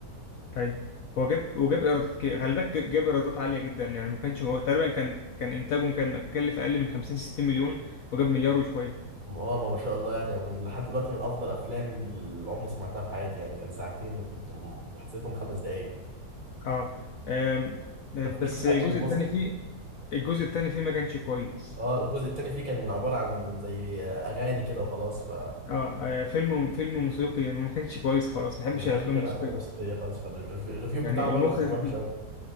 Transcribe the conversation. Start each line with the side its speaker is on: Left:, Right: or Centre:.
Left: ايوه هو جاب وجاب ايرادات كي- خلي بالك جاب ايرادات عالية جدا يعني ما كانش هو تقريبا كان كان انتاجه كان كلف اقل من 50 60 مليون وجاب مليار وشوية
Right: اه ما ما شاء الله يعني ومن- لحد دلوقتي من افضل افلامي اللي عمري سمعتها في حياتي يعني كان ساعتين وكنت م- حسيتهم خمس دقايق
Left: اه آم، بس
Right: طب ليك في الاكشن
Left: الجزء
Right: المصري
Left: الثاني فيه الجزء الثاني فيه ما كانش كويس
Right: اه الجزء التاني فيه كان عباره عن زي اغاني كده وخلاص ف
Left: اه آه، فيلم فيلم موسيقي يعني، ما كانش كويس خالص ما بحبش
Right: ما بحبش
Left: الافلام
Right: انا
Left: الموسيقية
Right: الافلام الموسيقيه
Left: اصلا
Right: خالص فالريفيو
Left: يعني
Right: بتاعه برضه
Left: المخرج
Right: كان وحش قوي